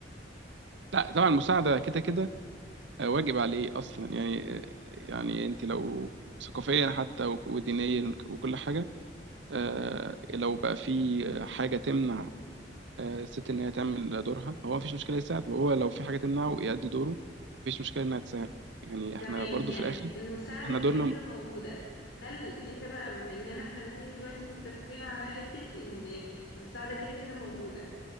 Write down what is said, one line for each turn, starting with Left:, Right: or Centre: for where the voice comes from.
Right: لا طبعا المساعده كده كده آه، واجب عليه اصلا يعني آه، يعني انت لو ثقافيا حتى و- ودينيا وكل حاجه آه، لو بقى في حاجه تمنع آه، الست ان هي تعمل دورها هو مفيش مشكله يساعد وهو لو في حاجه تمنعه يأدي دوره مفيش مشكله انها تساعد يعني
Left: تمام
Right: احنا برضو
Left: يعني
Right: في الاخر
Left: المساعدة
Right: احنا
Left: كده
Right: دورنا
Left: كده موجودة هل انت بقى بما اننا احنا الاتنين دلوقتي متفقين على حتة ان المساعدة كده كده موجودة